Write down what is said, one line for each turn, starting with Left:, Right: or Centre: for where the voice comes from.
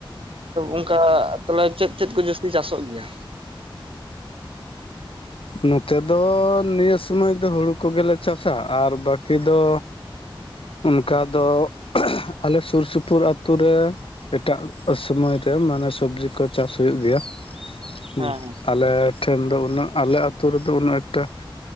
Right: ᱚᱱᱠᱟ ᱛᱚᱞᱮ ᱪᱮᱫ ᱪᱮᱫ ᱠᱚ ᱡᱟᱹᱥᱛᱤ ᱪᱟᱹᱥᱚᱜ ᱜᱮᱭᱟ
Left: ᱱᱚᱛᱮ ᱫᱚ ᱱᱤᱭᱟᱹ ᱥᱩᱢᱟᱹᱭ ᱫᱚ ᱦᱩᱲᱩ ᱠᱚᱜᱮᱞᱮ ᱪᱟᱥᱟ ᱟᱨ ᱵᱟᱹᱠᱤ ᱥᱳᱢᱳᱭ ᱫᱚ ᱚᱱᱠᱟ ᱫᱚ ᱟᱞᱮ ᱥᱩᱨ ᱥᱩᱯᱩᱨ ᱟᱛᱳ ᱨᱮ ᱮᱴᱟᱜ ᱠᱚ ᱥᱚᱢᱚᱭ ᱨᱮ ᱢᱟᱱᱮ ᱥᱚᱵᱡᱤ ᱠᱚ ᱪᱟᱥ ᱦᱳᱭᱳᱜ ᱜᱮᱭᱟ ᱦᱩᱸ
Right: ᱦᱮᱸ
Left: ᱟᱞᱮ ᱴᱷᱮᱱ ᱫᱚ ᱩᱱᱟᱹᱜ ᱟᱞᱮ ᱟᱛᱩ ᱨᱮᱫᱚ ᱩᱱᱟᱹᱜ ᱮᱠᱴᱟ